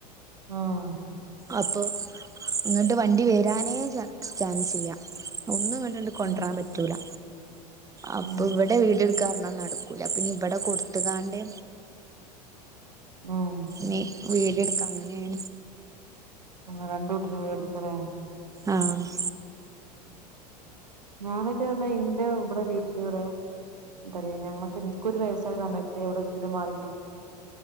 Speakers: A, on the right; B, on the right.
A: ആഹ്
B: അപ്പൊ ഇങ്ങട്ട് വണ്ടി വരാനേ ചാൻസ് ഇല്ല ഒന്നും ഇങ്ങട്ട് കോണ്ട്രൻ
A: ഉം
B: പറ്റൂല അപ്പൊ
A: ഉം
B: ഇവി ഇവിടെ വീട് എടുക്കാറഞ നടക്കൂല പിന്നെ ഇവിടെ കൊടുത്തുകാണ്ട്
A: ഉം
B: നീ വീടെടുക് അങ്ങനെണ്
A: ഉങ്ങ രണ്ട്ട്ടർ പോയി എടുക്കലേ
B: ആഹ്
A: ഞാനൊക്കെ റഞ്ഞാ ഇന്റെ ഇവിടെ വീട്ടിലിവിടെ എന്തയ ഞങ്ങള് ന്ക്കോരു വയസ്സായ സമയത്തേ ഇവിടെ വീട് മാറി